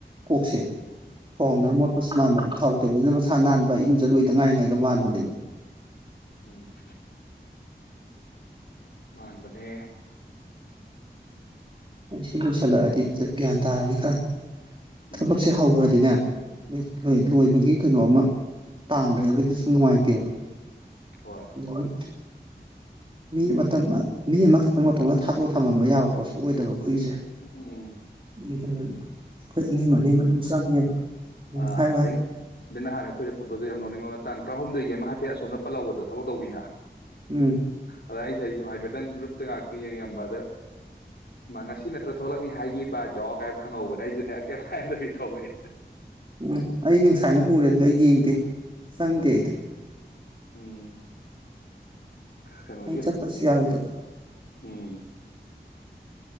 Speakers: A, on the right; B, on the left.
A: ꯀꯣꯛꯁꯦ
B: ꯎꯝ
A: ꯐꯥꯎꯟꯗꯔ ꯃꯣꯠꯄꯁꯨ ꯃꯗꯥꯎꯦ ꯇꯕꯁꯤꯅ ꯃꯁꯥ ꯅꯥꯟꯕ ꯏꯔꯨꯖꯠꯂꯣꯏꯗ ꯉꯥꯏꯔꯤꯉꯥꯏꯒ ꯃꯥꯟꯕꯅꯦꯕ
B: ꯎꯝ ꯃꯥꯟꯕꯅꯦ
A: ꯑꯩ ꯁꯤ ꯂꯣꯏꯁꯤꯜꯂꯛꯑꯗꯤ ꯒ꯭ꯌꯥꯟ ꯇꯥꯔꯅꯤ ꯈꯔ ꯊꯕꯛꯁꯦ
B: ꯎꯝ
A: ꯍꯧꯈ꯭ꯔꯗꯤꯅꯦ ꯎꯝ ꯂꯣꯏ ꯂꯣꯏꯕꯒꯤ ꯀꯩꯅꯣꯝ ꯑꯃ ꯇꯥꯟꯗ꯭ꯔꯒꯗꯤ ꯁꯨꯝ ꯅꯨꯡꯉꯥꯏꯇꯦꯕ
B: ꯍꯣꯏ
A: ꯣꯏ ꯃꯤ ꯃꯇꯝ ꯃꯤ ꯑꯃꯈꯛꯇꯪ ꯃꯇꯣꯝꯗ ꯊꯥꯗꯣꯛꯑ ꯊꯝꯃꯝꯕ ꯌꯥꯕ ꯄꯣꯠꯁꯨ ꯑꯣꯏꯗꯕꯀꯣ ꯑꯩꯈꯣꯏꯁꯦ
B: ꯎꯝ
A: ꯑꯗꯨꯗꯨꯅ ꯑꯩꯈꯣꯏ ꯑꯅꯤ ꯑꯅꯤꯃꯛ ꯑꯗꯨꯝ ꯆꯪꯉꯦꯕ ꯎꯝ
B: ꯑ
A: ꯍꯥꯏꯔꯣ
B: ꯑꯗꯩ
A: ꯍꯥꯏꯔꯣ
B: ꯑꯗꯩ ꯅꯍꯥꯟ ꯑꯩꯈꯣꯏꯗ ꯄꯨꯠꯕꯗꯣ ꯌꯥꯝ ꯂꯧꯅꯤꯡꯕ ꯇꯥꯡ ꯇꯔꯥꯍꯨꯝꯗꯗꯒꯤ ꯑꯃ ꯍꯥꯏꯐꯦꯠ ꯑꯁꯣꯝ ꯄꯜ ꯂꯧꯕꯗꯣꯕꯛ ꯇꯧꯕꯤꯅ
A: ꯎꯝ
B: ꯑꯗ ꯑꯩꯁ ꯑꯩꯁꯨ ꯍꯥꯏꯐꯦꯠꯇꯪ ꯭ꯔꯨꯞ ꯉꯥꯛꯇ ꯌꯦꯡꯉꯝꯕ ꯑꯗ ꯉꯁꯤ ꯅꯠꯇ꯭ꯔꯣ ꯊꯣꯛꯂꯛꯅꯤ ꯍꯥꯏꯒꯤꯕ ꯗꯣ ꯀꯥꯏ ꯍꯪꯉꯧꯕꯅꯦ ꯑꯩꯖꯨꯅꯦ ꯀꯩꯝ ꯍꯥꯏꯗꯕꯤ ꯊꯣꯛꯂꯛꯑꯦ
A: ꯎꯝ ꯑꯩꯗꯤ ꯉꯨꯁꯥꯏꯅ ꯎꯔꯦ ꯑꯗꯨꯗꯤ ꯑꯩ ꯌꯦꯡꯗꯦ ꯆꯪꯗꯦ ꯑꯩꯗꯤ
B: ꯎꯝ ꯀꯩꯅꯣꯒꯤ
A: ꯑꯩ ꯆꯠꯄꯁꯨ ꯌꯥꯔꯣꯏꯗꯕ
B: ꯎꯝ